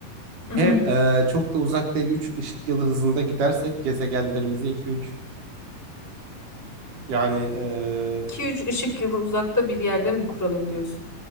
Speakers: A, in the centre; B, on the right.
A: <clears throat>
B: Hem e, çok da uzak değil 3 ışık yılı hızında gidersek gezegenlerimizi iki üç yani e,
A: iki üç ışık yılı uzakta bir yerde mi kuralım diyorsun?